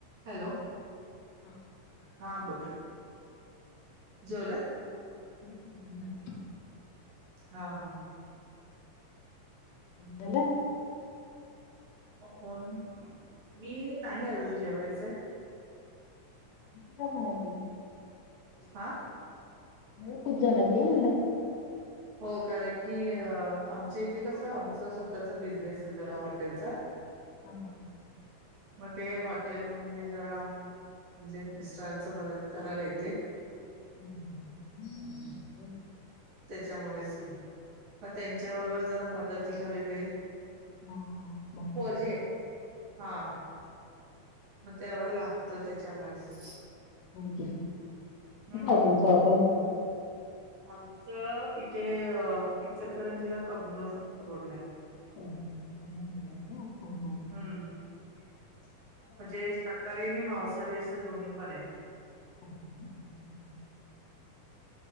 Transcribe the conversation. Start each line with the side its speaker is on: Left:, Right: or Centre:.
Right: हॅलो
Left: हा.
Right: हा बोला. जेवलात?
Left: नाही.
Right: हा हा.
Left: बला.
Right: ण मी नाही अजून जेवायचं.
Left: ते <unintelligible>
Right: हा.
Left: वेळ खूप झाला की म्हणलं.
Right: हो कारण की आमच्या इथे कसं आमच स्वतःचा बिझनेस आहे जरा हॉटेलचा. <unintelligible>
Left: हा ह हा.
Right: मग ते हॉटेलमध्ये जरा आम्ही म्हणजे मिस्टरांच मदत करायला येते.
Left: हम् हम ह्
Right: त्याच्यामुळेच कि मग त्यांच्या बरोबर जरा मदतीला वगैरे.
Left: हा हा हा बर.
Right: पोरजी आहे हा मग त्यावर लागतं त्याच्यामुळेच.
Left: के कुठं
Right: हम्म
Left: आहे तुमचं हॉटेल.
Right: आमचं इथे इचलकरंजीला कबनूर रोडला आहे.
Left: प्रॉमिस ला का हो हो हो.
Right: हम्म म्हणजे शाकाहारी आणि मांसाहारी असं दोन्ही पण आहे.
Left: <unintelligible>